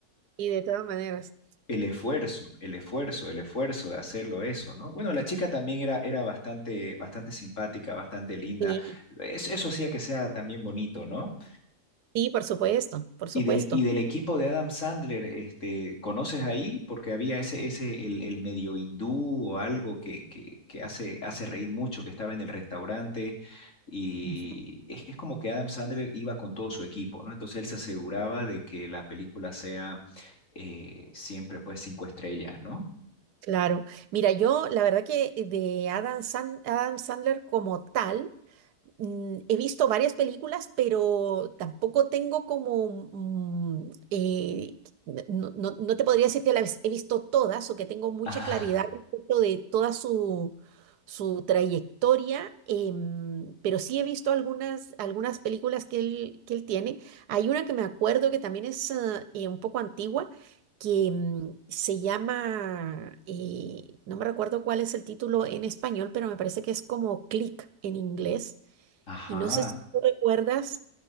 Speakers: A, on the right; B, on the left.
A: y de todas maneras.
B: el esfuerzo, el esfuerzo, el esfuerzo de hacerlo eso, ¿no? Bueno, la chica también era, era bastante, bastante simpática, bastante linda.
A: Sí,
B: Es- eso hacía que sea también bonito, ¿no?
A: sí, por supuesto, por supuesto.
B: Y del, y del equipo de Adam Sandler, este, ¿conoces ahí? Porque había ese, ese, el, el medio hindú o algo que, que, que hace, hace reír mucho, que estaba en el restaurante. Y
A: Ujú.
B: es, es como que Adam Sandler iba con todo su equipo, ¿no? Entonces él se aseguraba de que la película sea eh, siempre pues cinco estrellas, ¿no?
A: Claro. Mira, yo la verdad que eh, de Adam Sand- Adam Sandler como tal. mm, he visto varias películas, pero tampoco tengo como, mm, eh, no, no- no te podría decir que las he visto todas o que tengo mucha
B: Ah,
A: claridad respecto de toda su, su trayectoria, em, pero sí he visto algunas, algunas películas que él, que él tiene. Hay una que me acuerdo que también es ah, eh, un poco antigua. que mm, se llama, eh, no me recuerdo cuál es el título en español, pero me parece que es como Click en inglés.
B: ajá.
A: Y no sé si tú recuerdas